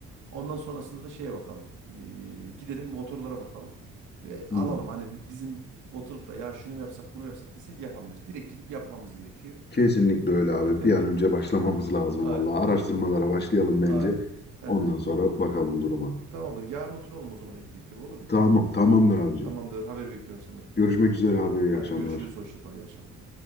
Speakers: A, on the right; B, on the left.
A: Ondan sonrasında da şeye bakalım. E, gidelim motorlara bakalım ve alalım.
B: Hı.
A: Hani bi- bizim oturup da ya şunu mu yapsak, bunu mu yapsak desek yapamıyoruz. Direkt gidip yapmamız gerekiyor.
B: Kesinlikle öyle abi.
A: <laughs>
B: Bir an önce başlamamız lazım
A: Aynen,
B: vallahi. Araştırmalara başlayalım bence.
A: aynen. Hı
B: Ondan
A: hı.
B: sonra bakalım duruma.
A: Tamamdır. Yarın oturalım o zaman hep birlikte, bu olur mu?
B: Tamam, tamamdır abicim.
A: Tamamdır. Haber bekliyorum senden.
B: Görüşmek üzere abi. İyi
A: Hadi
B: akşamlar.
A: görüşürüz. Hoşça kal. İyi akşamlar.